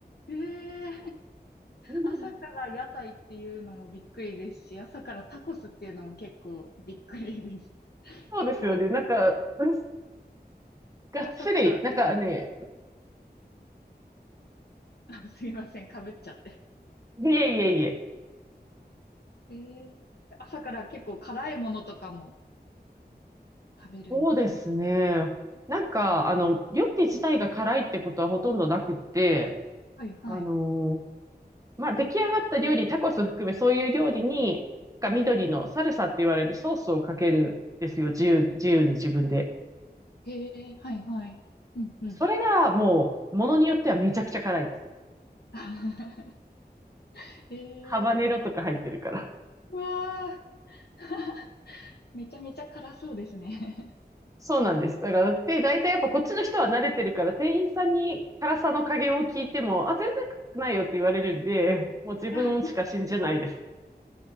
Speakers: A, on the left; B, on the right.
A: えー、
B: <laughs>
A: 朝から屋台っていうのもびっくりですし、朝からタコスっていうのも結構びっくりです。
B: そうですよね。
A: 結構
B: なんか、うんがっつり、
A: 朝から、
B: なんかね、
A: <laughs> あすいません、かぶっちゃって。
B: いえいえいえ。
A: えー、朝から結構辛いものとかも食べるんですね。
B: そうですね。なんか、あの、料理自体が辛いってことはほとんどなくって、
A: はいはい。
B: あのーまあ、出来上がった料理、タコス含めそういう料理に、なんか緑のサルサって言われるソースをかけるんですよ。自由、自由に自分で。
A: へえ、はいはい。うんうん。
B: それがもう、ものによってはめちゃくちゃ辛いです。
A: <laughs> へえ、
B: ハバネロとか入ってるから。
A: うわあ、<laughs> めちゃめちゃ辛そうですね。
B: そうなんです。だから、で、大体やっぱこっちの人は慣れてるから、店員さんに辛さの加減を聞いても、あ、全然辛くないよって言われるんで、もう自分しか信じないです。
A: <laughs>